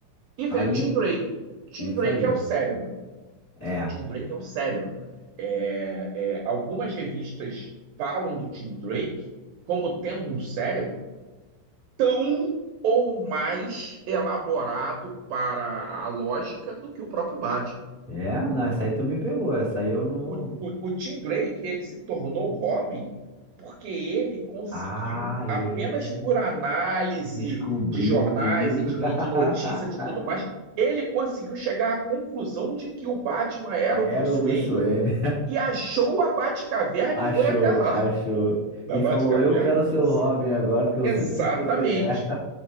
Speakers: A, on the right; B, on the left.
A: E
B: Aí,
A: vem o Tim Drake. Tim
B: isso
A: Drake
B: aí.
A: é o cérebro.
B: É.
A: Tim Drake é o cérebro. É, é, algumas revistas falam do Tim Drake como tendo um cérebro tão ou mais elaborado para a lógica do que o próprio Batman.
B: É, não, essa aí tu me pegou. Essa aí eu não.
A: O, o, o Tim Drake, ele se tornou o Robin porque ele conseguiu,
B: Ah, é.
A: apenas por análise
B: Descobri
A: de jornais
B: tudo.
A: e de,
B: <laughs>
A: de notícias e tudo mais, ele conseguiu chegar à conclusão de que o Batman era
B: Era
A: o Bruce
B: o Bruce
A: Wayne
B: Wayne.
A: e achou a Batcaverna
B: Achou,
A: e foi até lá,
B: achou.
A: na
B: E
A: Batcaverna.
B: falou: Eu quero
A: Então,
B: ser o
A: assim,
B: Robin agora, porque eu
A: exatamente.
B: sei quem é você. é.